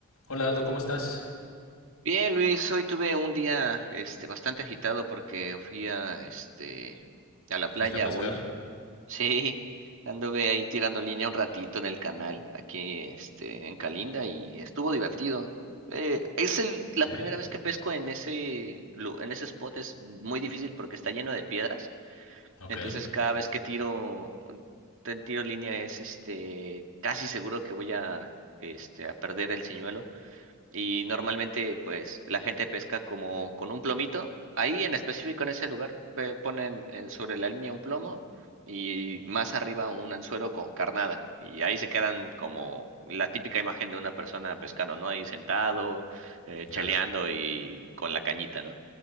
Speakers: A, on the left; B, on the right.
A: Hola Aldo, ¿cómo estás?
B: Bien, Luis, hoy tuve un día este bastante agitado porque fui a este a la playa
A: ¿Fuiste a pescar?
B: hoy. <laughs> Sí, anduve ahí tirando línea un ratito en el canal aquí este en Calinda y estuvo divertido. Eh, es el, la
A: ¿Sí?
B: primera vez que pesco en ese lu- en ese spot es muy difícil porque está lleno de piedras.
A: Ok,
B: Entonces cada vez que tiro te- tiro línea es este casi seguro que voy a este a perder el señuelo y normalmente pues la gente pesca como con un plomito. Ahí en específico en ese lugar pe- ponen eh, sobre la línea un plomo y más arriba un anzuelo con carnada y ahí se quedan como la típica imagen de una persona pescando, ¿no? Ahí sentado, eh, cheleando
A: ya.
B: y con la cañita, ¿no?